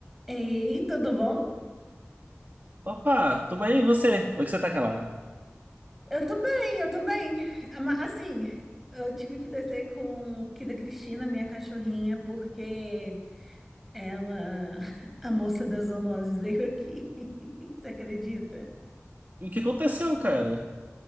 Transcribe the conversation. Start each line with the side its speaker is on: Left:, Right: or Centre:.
Centre: Ei, tudo bom?
Right: Opa, tudo bem? E você? Por que você tá calada?
Centre: Eu tô bem, eu tô bem. Ama- Assim, eu tive que descer com Kida Cristina, minha cachorrinha, porque ela, <laughs> a moça das zoonoses, veio aqui. <laughs> Você acredita?
Right: E O que aconteceu, cara?